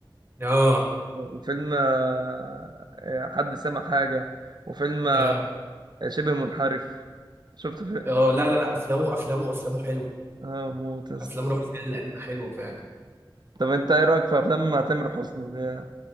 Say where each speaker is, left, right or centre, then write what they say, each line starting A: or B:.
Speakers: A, on the right; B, on the right.
A: اه
B: وفيلم آه آه، حد سمع حاجة وفيلم آه،
A: اه
B: شبه منحرف شفت في
A: اه لا لا لا افلامه افلامه افلامه حلوه
B: اه موت يا اسطى
A: افلام رامز جلال القديمه حلوه فعلا
B: طب انت ايه رايك في افلام تامر حسني ده